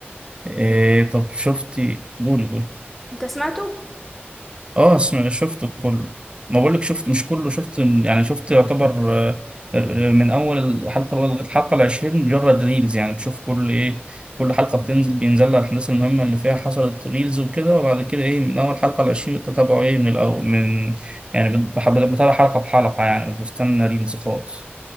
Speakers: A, on the right (about 25°); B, in the centre.
A: إيه
B: أن-
A: طب شفتي قولي قولي
B: انت سمعته؟
A: اه اسمع شفته كله ما بقولك شفت مش كله شفت من- يعني شفت يعتبر آه، آه، من اول الحلقه الاولى لغايه الحلقه العشرين مجرد ريلز يعني بشوف كل ايه كل حلقه بتنزل بينزل لها الاحداث المهمه اللي فيها حصلت ريلز وكده وبعد كده ايه من اول حلقه العشرين بتتابعه ايه من الاول من يعني بت- بتابع حلقه بحلقه يعني مش بستنى ريلز خالص